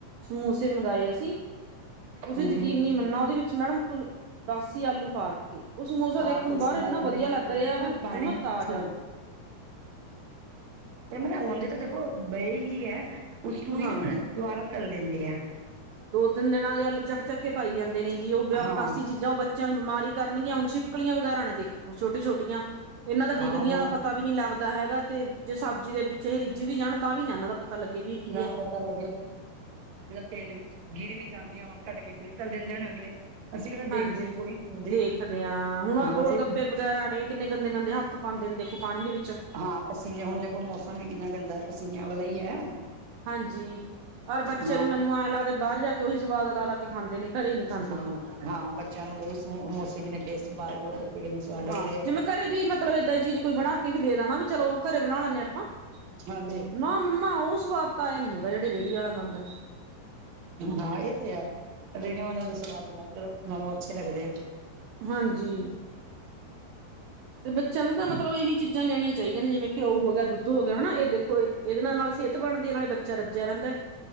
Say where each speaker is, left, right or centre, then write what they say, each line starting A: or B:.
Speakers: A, on the right; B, on the right.
A: ਸਮੋਸੇ ਮੰਗਵਾਏ ਅਸੀਂ ਤੁਸੀਂ
B: ਹਾਂਜੀ
A: ਯਕੀਨ ਨਹੀਂ ਮੰਨਣਾ ਉਹਦੇ ਵਿੱਚ ਮੈਡਮ ਦਾਸੀ ਆਲੂ ਪਾਰ। ਉਸ ਸਮੋਸਾ
B: ਹਾਂ
A: ਦੇਖਣ
B: ਕੋਈ
A: ਨੂੰ ਬਾਹਰ
B: ਸਮੈਲ
A: ਇੰਨਾ
B: ਆਂਦੀ
A: ਵਧੀਆ
B: ਗਿੱਲੇ
A: ਲੱਗ ਰਿਹਾ
B: ਜੇ
A: ਵੀ
B: ਨਾ ਪਾਣੀ
A: ਜਿਮਾ ਤਾਜਾ
B: ਛੋੜ ਤੇ ਮਤਲਬ ਹੁਣਦੇ ਤਾਂ ਦੇਖੋ ਬਏ ਹੀ ਹੈ ਉਸਨੂੰ ਹੀ
A: ਹਾਂ
B: ਨਾ ਮਤਲਬ ਦੁਬਾਰਾ ਤਲ ਦਿੰਦੇ ਆ।
A: ਦੋ ਤਿੰਨ ਦਿਨਾਂ ਦੇ ਆਲੂ ਚੱਕ ਚੱਕ ਕੇ ਪਾਈ ਜਾਂਦੇ ਨੇ ਜੀ ਉਹ
B: ਹਾਂ
A: ਬਾਸੀ ਚੀਜ਼ਾਂ ਉਹ ਬੱਚਿਆਂ ਨੂੰ ਬਿਮਾਰੀ ਕਰਨਗੀਆਂ ਹੁਣ ਛਪਲੀਆਂ ਵਗੈਰਾ ਨੇ ਦੇਖੋ ਛੋਟੀ ਛੋਟੀਆਂ। ਇਹਨਾਂ ਦਾ ਡਿੱਗਦੀਆਂ
B: ਹਾਂ ਹੁਣ
A: ਦਾ ਪਤਾ ਵੀ ਨਹੀਂ ਲੱਗਦਾ। ਹੈਗਾ ਤੇ ਜੇ ਸਬਜ਼ੀ ਦੇ ਪਿੱਛੇ ਰਿੱਜ ਵੀ ਜਾਣ ਤਾਂ ਵੀ ਨਾ ਇਹਨਾਂ ਦਾ ਪਤਾ ਲੱਗੇ ਵੀ। ਕੀ
B: <unintelligible>
A: ਹੈ
B: ਪਤਾ ਲ ਤੇਲ ਵਿੱਚ ਗਿਰ ਵੀ ਜਾਂਦੀਆਂ ਘੱਟ ਕੇ ਚੱਲ ਦਿੰਦੇ ਹੋਣੇ ਅਗਲੇ। ਅਸੀਂ ਕਿਹੜਾ ਦੇਖਦੇ
A: ਹਾਂਜੀ,
B: ਹਾਂ ਕੋਈ ਨੀ ਹੁੰਦੀ
A: ਦੇਖਦੇ ਹਾਂ ਹੁਣ ਆ ਗੋਲ
B: ਅਸੀਂ
A: ਗੱਪੇ ਰਾਣੇ ਕਿੰਨੇ ਗੰਦੇ ਗੰਦੇ ਹੱਥ ਪਾਉਂਦੇ ਨੇ ਦੇਖੋ ਪਾਣੀ ਦੇ ਵਿੱਚ।
B: ਹਾਂ ਪਸੀਨੇ ਹੁਣ ਦੇਖੋ ਮੌਸਮ ਵੀ ਕਿੰਨਾ ਗੰਦਾ ਪਸੀਨਿਆਂ ਵਾਲਾ ਹੀ ਹੈ।
A: ਹਾਂਜੀ ਰ ਬੱਚੇ
B: ਹਾਂ
A: ਨੂੰ ਮੈਨੂੰ ਐਂ ਲਾਦੇ ਬਾਹਰ ਜਾ ਕੇ ਉਹੀ ਸਵਾਦ ਲਾ ਲਾ ਕੇ ਖਾਂਦੇ ਨੇ ਘਰੇ ਨਹੀਂ ਖਾਂਦੇ।
B: ਹਾਂ ਹਾਂ, ਬੱਚਿਆਂ ਨੂੰ ਉਹੀ ਸਮੋਸੇ ਬਿ ਨੇ ਟੇਸਟ ਬਾਹਰ ਬ ਧੋੇ ਕਿਨ ਸਵਾਦ ਲੱਗਦੇ
A: ਹਾਂ
B: ਆ।
A: ਜਿਵੇਂ ਘਰੇ ਵੀ ਮਤਲਬ ਏਦਾਂ ਹੀ ਚੀਜ਼ ਕੋਈ ਬਣਾ ਕੇ ਵੀ ਦੇਣਾ ਵੀ ਚਲੋ ਘਰੇ ਬਣਾ ਲੈਂਦੇ ਹ ਆਪਾਂ
B: ਹਾਂਜੀ
A: ਤੇ ਨਾ ਮੰਮਾ ਉਹ ਸਵਾਦ ਤਾਂ ਆਇਆ ਨੀ ਹੈਗਾ ਜਿਹੜੇ ਰੇਹੜੀ ਵਾਲਾ ਦੰਦ
B: ਹਾਂ, ਇਹ ਤੇ ਹੈ ਜਿਹੜ ਉਹਨਾਂ ਦੇ ਸਵਾਦ ਲੱਗ ਉਹਨਾਂ ਨੂੰ ਅੱਛੇ ਲੱਗਦੇ ਆ।
A: ਹਾਂਜੀ, ਤੇ ਬੱਚਿਆਂ ਨੂੰ ਤਾਂ ਮਤਲਬ ਇਹੀ ਚੀਜ਼ਾਂ ਦੇਣੀਆਂ ਚਾਹੀਦੀਆਂ ਨੇ ਜਿਵੇਂ ਘਿਓ ਹੋ ਗਿਆ ਦੁੱਧ ਹੋ ਗਿਆ ਹਨਾ ਇਹ ਦੇਖੋ ਇਹਦੇ ਨਾਲ ਸਿਰ ਬਣਦੀ ਨਾਲੇ ਬੱਚਾ ਰੱਜਿਆ ਰਹਿੰਦਾ।